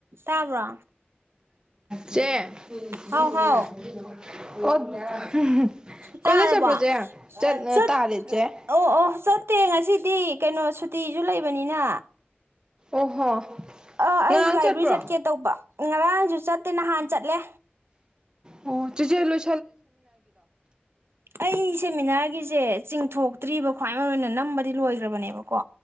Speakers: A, on the right (about 80°); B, on the right (about 20°).
A: ꯇꯥꯕ꯭ꯔꯣ
B: ꯆꯦ <unintelligible>
A: ꯍꯥꯎ ꯍꯥꯎ
B: ꯀꯣꯂꯦꯖ
A: ꯇꯥꯔꯕꯣ
B: ꯆꯠꯄ꯭ꯔꯣ ꯆꯦ ꯆꯠ
A: ꯇꯨꯠ
B: ꯇꯥꯔꯦ ꯆꯦ
A: ꯑꯣ ꯑꯣ ꯆꯠꯇꯦ ꯉꯁꯤ ꯗꯤ ꯀꯩꯅꯣ ꯁꯨꯇꯤꯁꯨ ꯂꯩꯕꯅꯤꯅ
B: ꯑꯣꯍꯣ
A: ꯑ
B: ꯉꯔꯥꯡ
A: ꯑꯩꯁꯦ ꯂꯥꯏꯕ꯭ꯔꯦꯔꯤ
B: ꯆꯠꯄ꯭ꯔꯣ
A: ꯆꯠꯀꯦ ꯇꯧꯕ ꯉꯔꯥꯡꯁꯨ ꯆꯠꯇꯦ ꯅꯍꯥꯟ ꯆꯠꯂꯦ
B: ꯑꯣ ꯆꯤꯖꯦ ꯂꯣꯏ
A: ꯑꯩ ꯁꯦꯃꯤꯅꯥꯔꯒꯤ ꯖꯦ ꯆꯤꯡꯊꯣꯛꯇ꯭ꯔꯤꯕ ꯈ꯭ꯋꯥꯏ ꯃꯔꯨ ꯑꯣꯏꯅ ꯅꯝꯕꯗꯤ ꯂꯣꯏꯈ꯭ꯔꯕꯅꯦꯕꯀꯣ